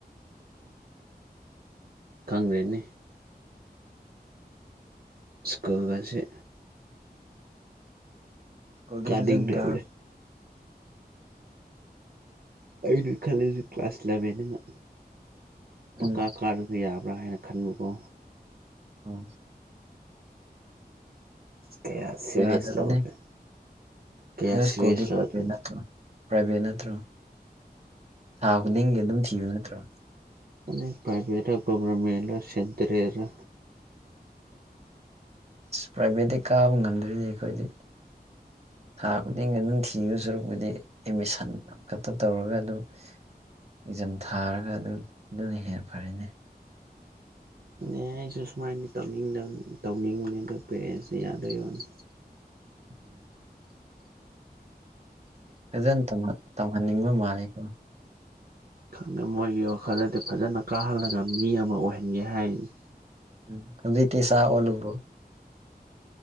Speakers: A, on the right; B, on the right.
A: ꯈꯪꯒ꯭ꯔꯦꯅꯤ ꯁ꯭ꯀꯨꯜꯒꯁꯤ
B: ꯀꯨꯜꯗꯤ
A: ꯀꯥꯅꯤꯡꯗ꯭ꯔꯕꯅꯦ
B: ꯐꯖꯟ ꯀꯥ
A: ꯑꯩꯅ ꯈꯜꯂꯤꯁꯦ ꯀ꯭ꯂꯥꯁ ꯏꯂꯚꯦꯟ ꯑꯩꯅ
B: ꯎꯝ
A: ꯄꯀꯥ ꯀꯥꯔ ꯌꯥꯕ꯭ꯔꯥ ꯍꯥꯏꯅ ꯈꯟꯕꯀꯣ
B: ꯎꯝ
A: ꯀꯩꯌꯥ ꯁꯤꯚꯦꯁ
B: ꯌꯥꯗꯕꯅꯦ
A: ꯂꯧꯅꯦ ꯀꯌꯥ
B: ꯅꯣꯏ
A: ꯁꯤꯔꯤꯁꯂꯗꯅꯤ
B: ꯁ꯭ꯀꯨꯜꯗꯤ ꯄ꯭ꯔꯥꯏꯚꯦꯠ ꯅꯠꯇ꯭ꯔꯣ ꯄ꯭ꯔꯥꯏꯚꯦꯠ ꯅꯠꯇ꯭ꯔꯣ ꯊꯥ ꯈꯨꯗꯤꯡꯒꯤ ꯑꯗꯨꯝ ꯊꯤꯕ ꯅꯠꯇ꯭ꯔꯣ
A: ꯑ ꯄꯥꯏꯚꯦꯠꯔ ꯒꯚꯔꯃꯦꯟꯠ ꯁꯦꯟꯇꯔꯔ
B: ꯄ꯭ꯔꯥꯏꯚꯦꯠꯇꯤ ꯀꯥꯕ ꯉꯝꯗ꯭ꯔꯤꯅꯦ ꯑꯩꯈꯣꯏꯗꯤ ꯊꯥ ꯈꯨꯗꯤꯡꯒꯤ ꯑꯗꯨꯝ ꯊꯤꯕ ꯁꯨꯔꯛꯄꯨꯗꯤ ꯑꯦꯠꯃꯤꯁꯟ ꯑꯃꯈꯛꯇ ꯇꯧꯔꯒ ꯑꯗꯨꯝ ꯑꯦꯛꯖꯥꯝ ꯊꯥꯔꯒ ꯑꯗꯨ ꯑꯗꯨꯅ ꯍꯦꯟꯅ ꯐꯔꯤꯅꯦ
A: ꯑꯦ ꯑꯩꯁꯨ ꯁꯨꯃꯥꯏꯅꯗꯤ ꯇꯧꯅꯤꯡꯗꯕ ꯇꯧꯅꯤꯡꯕꯅꯤ ꯑꯗ ꯄꯦꯔꯦꯟꯁꯇ ꯌꯥꯗꯣꯏ ꯋꯥꯅꯤ
B: ꯎꯝ ꯐꯖꯅ ꯇꯝꯍꯟꯅꯤꯡꯕ ꯃꯥꯜꯂꯤꯀꯣ
A: ꯈꯪꯗꯦ ꯃꯣꯏꯒꯤ ꯋꯥꯈꯜꯗꯗꯤ ꯐꯖꯅ ꯀꯥꯍꯜꯂꯒ ꯃꯤ ꯑꯃ ꯑꯣꯏꯍꯟꯒꯦ ꯍꯥꯏꯅꯤ
B: ꯎꯝ ꯊꯝꯖꯤꯇꯦ ꯁꯥ ꯑꯣꯂꯨꯕꯨ